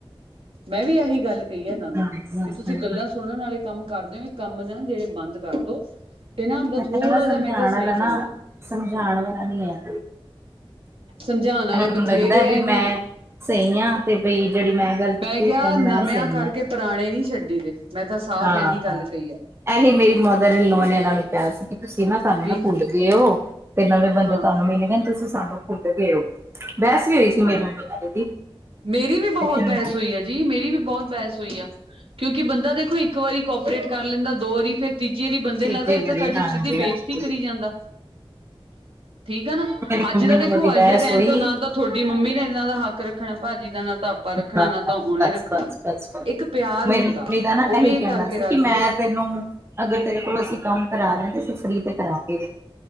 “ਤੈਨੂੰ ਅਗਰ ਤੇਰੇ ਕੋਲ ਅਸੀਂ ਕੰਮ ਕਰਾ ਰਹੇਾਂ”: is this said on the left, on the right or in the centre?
Right